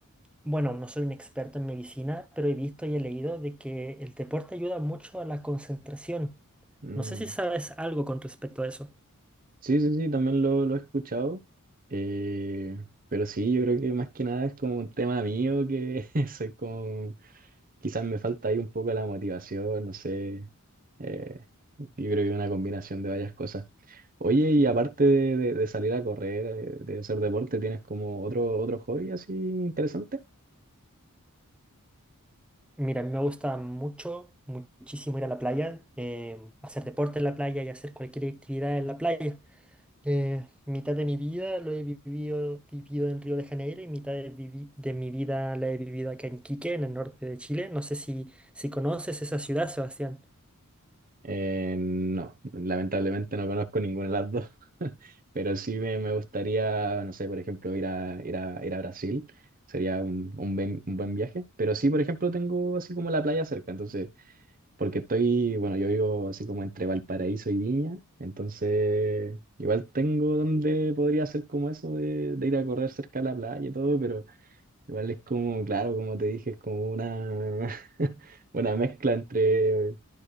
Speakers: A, in the centre; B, on the right.
A: bueno, no soy un experto en medicina, pero he visto y he leído de que el deporte ayuda mucho a la concentración.
B: mm.
A: No sé si sabes algo con respecto a eso.
B: Sí, sí, sí, también lo, lo he escuchado, eh, pero sí, yo creo que más que nada es como un tema mío que <laughs> soy como Quizás me falta ahí un poco la motivación, no sé. eh, yo creo que es una combinación de varias cosas. Oye, y aparte de, de- de salir a correr, eh, de hacer deporte, ¿tienes como otro, otro hobby así interesante?
A: Mira, a mí me gusta mucho, muchísimo ir a la playa, eh, hacer deporte en la playa y hacer cualquier actividad en la playa. Eh, mitad de mi vida lo he vivido, vivido en Río de Janeiro y mitad de, vivi- de mi vida la he vivido acá en Quique, en el norte de Chile. No sé si, si conoces esa ciudad, Sebastián.
B: Eh, no, lamentablemente no conozco ninguna de las dos, <laughs> pero sí me, me gustaría, no sé, por ejemplo, ir a, ir a, ir a Brasil, sería un, un buen, un buen viaje, pero sí, por ejemplo, tengo así como la playa cerca, entonces Porque estoy, bueno, yo vivo así como entre Valparaíso y Viña, entonces igual tengo donde podría hacer como eso de, de ir a correr cerca de la playa y todo, pero igual es como, claro, como te dije, es como una, <laughs> una mezcla entre,